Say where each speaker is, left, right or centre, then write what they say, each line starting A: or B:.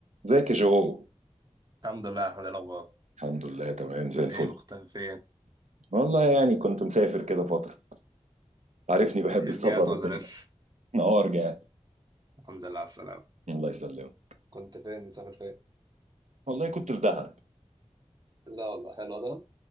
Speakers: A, on the right; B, on the right.
A: ازيك يا جو
B: الحمد لله الحمد لله الاخبار
A: الحمد لله تمام زي الفل
B: ايه مختفي فين
A: والله يعني كنت مسافر كده فترة عارفني بحب
B: رجعت
A: السفر
B: ولا
A: وكده
B: لسه
A: اه رجعت
B: الحمد لله على السلامه
A: الله يسلمك
B: كنت فين مسافر فين
A: والله كنت في دهب
B: لا والله حلو ده